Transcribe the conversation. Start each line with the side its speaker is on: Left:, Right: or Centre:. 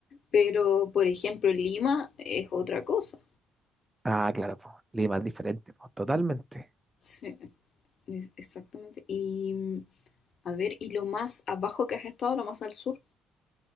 Left: Pero, por ejemplo, Lima es otra cosa.
Right: Ah, claro, po, Lima es diferente, po, totalmente.
Left: Sí. Es- Exactamente. Y mm, a ver, ¿y lo más abajo que has estado, lo más al sur?